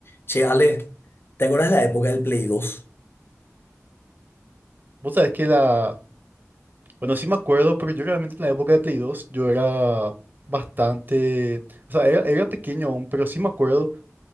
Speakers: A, on the left; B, on the right.
A: Che, Ale, ¿te acuerdas de la época del Play dos?
B: Vos sabés que la... Bueno, sí me acuerdo, pero yo realmente en la época de Play 2 yo era bastante... O sea, era, era pequeño aún, pero sí me acuerdo